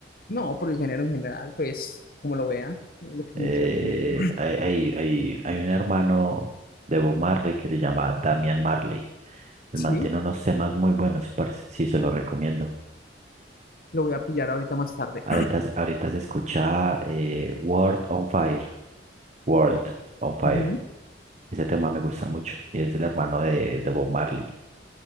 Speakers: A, on the left (about 55°); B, on the right (about 40°).
A: no, por el género en general, pues como lo vea, lo que
B: Eh,
A: me quiera comentar.
B: hay, hay, hay, hay un hermano de Bob Marley que se llama Damian Marley. Él
A: Sí,
B: mantiene unos temas muy buenos, parce. Sí, se los recomiendo.
A: lo voy a pillar ahorita más tarde.
B: Ahorita, se- ahorita se escucha eh, World on Fire. World on Fire.
A: Ujú.
B: Ese tema me gusta mucho. Y es del hermano de, de Bob Marley. <laughs>